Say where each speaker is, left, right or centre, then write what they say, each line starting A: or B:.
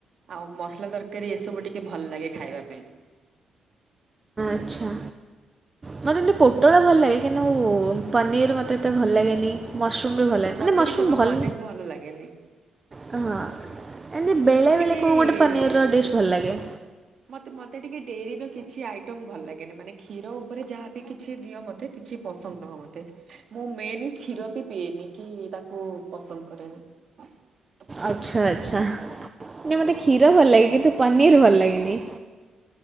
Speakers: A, on the right; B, on the right.
A: ଆଉ ମସଲା ତରକାରୀ ଏସବୁ ଟିକେ ଭଲ ଲାଗେ ଖାଇବା ପାଇଁ।
B: ଆଚ୍ଛା। ମତେ ଏମିତି ପୋଟଳ ଭଲ ଲାଗେ। କିନ୍ତୁ ପନିର ମତେ ଏତେ ଭଲ ଲାଗେନି। ମସରୁମ୍ ବି ଭଲ ଲାଗେ ମାନେ
A: ମତେ
B: ମସରୁମ୍
A: ବି ଜମା
B: ଭଲ
A: ପନିର ଭଲ ଲାଗେନି।
B: ହଁ ଏମତି ବେଳେ
A: ମୁଁ ଟିକେ
B: ବେଳେ କଉ ଗୋଟେ ପନିର ର ଡିସ୍ ଭଲ ଲାଗେ।
A: ମତେ ମତେ ଟିକେ ଡେରି ର କିଛି ଆଇଟମ ଭଲ ଲାଗେନି। ମାନେ କ୍ଷୀର ଉପରେ ଯାହାବି କିଛି ଦିଅ ମତେ କି ଛି ପସନ୍ଦ ନୁହଁ ମତେ ମୁଁ ମେନ୍ କ୍ଷୀର ବି ପିଏନି କି ତାକୁ ପସନ୍ଦ କରେନି। <inaudible>
B: ଆଚ୍ଛା ଆଚ୍ଛା। ମାନେ ମତେ କ୍ଷୀର ଭଲ ଲାଗେ କିନ୍ତୁ ପନିର ଭଲ ଲାଗେନି।